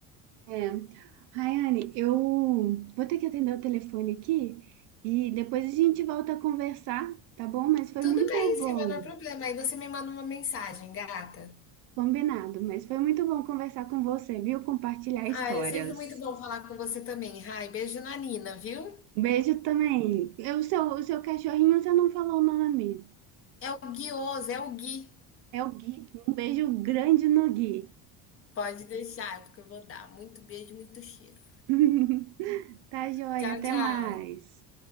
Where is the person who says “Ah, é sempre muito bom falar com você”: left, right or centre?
Left